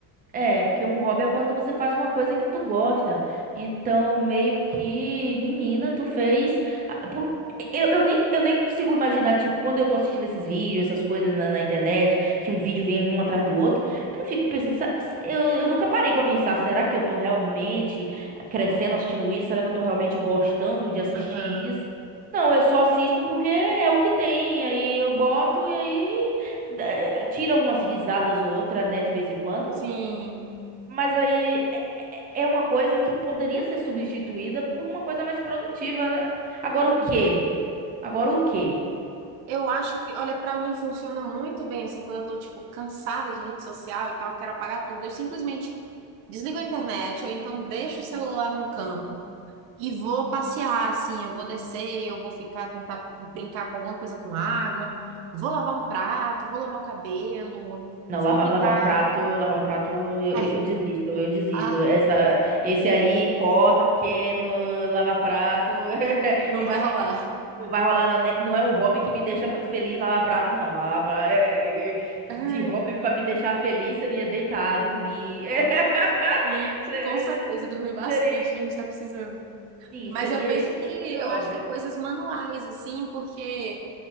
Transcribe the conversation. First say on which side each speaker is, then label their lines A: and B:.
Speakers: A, on the right; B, on the right.
A: É, porque um hobby é quando você faz uma coisa que tu gosta. Então, meio que, menina, tu fez. ah, por- Eu, eu nem, eu nem consigo imaginar, tipo, quando eu tô assistindo esses vídeos, essas coisas na, na internet, que um vídeo vem um atrás do outro, eu não fico pensando. "Se- se- Eu, eu nunca parei pra pensar, será que eu tô realmente crescendo assistindo isso? Será que eu tô realmente gostando de assistir
B: Aham,
A: isso? Não, eu só assisto porque é o que tem. Aí eu boto e aí eh, tira umas risadas ou outra, né, de vez em quando.
B: Sim.
A: Mas aí é é uma coisa que poderia ser substituída por uma coisa mais produtiva, né? Agora
B: Sim.
A: o quê? Agora o quê?
B: Eu acho que, olha, pra mim funciona muito bem assim, quando eu tô tipo cansada de rede social e tal, quero apagar tudo. Eu simplesmente desligo a internet ou então deixo o celular num canto e vou passear assim, eu vou descer, eu vou ficar tentar brincar com alguma coisa com água, vou lavar um prato, vou lavar o cabelo,
A: Não, lavar,
B: vou brincar.
A: lavar um prato, lavar um prato, eu, eu-
B: É,
A: eu desisto, eu desisto.
B: ah,
A: Essa, esse aí corta porque no, lavar prato <laughs> é-
B: não
A: é-
B: vai rolar.
A: é- não vai rolar, não, né? Não é um hobby que me deixa muito feliz lavar prato, não. Lavar, pra- é- é- é- de
B: Ai,
A: hobby
B: ai,
A: para me deixar feliz seria deitar, dormir. <laughs>
B: sim,
A: Se-
B: com certeza, dormir bastante,
A: Seria,
B: que a gente tá precisando.
A: sim,
B: Mas
A: seria
B: eu penso
A: esse
B: que
A: tipo de
B: eu
A: hobby.
B: acho que coisas manuais assim, porque